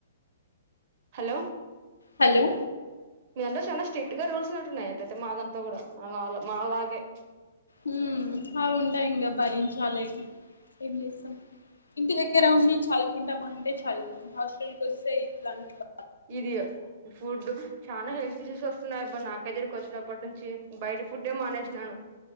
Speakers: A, on the right (about 45°); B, on the left (about 85°).
A: హలో
B: హలో
A: మీ దాంట్లో చాలా స్ట్రిక్ట్ గా రూల్స్ ఉట్టున్నాయి ఎటట మా దాంట్లో కూడా అవనవును మా లాగే
B: ఊ హ ఉంటాయి ఇంకా భరించాలె ఏం చేస్తాం ఇంటి దగ్గర ఉండి చదుకుంట మంటే చదుకోను హాస్టల్ కి వస్తే ఇట్లాంటి బ
A: ఇది యె ఫుడ్డు చానా జేష్ తీసెస్ వస్తున్నాయి అబ్బ నాకగ్గరకి ఒచ్చినప్పటి నుంచి బయట ఫుడ్డే మానేసినాను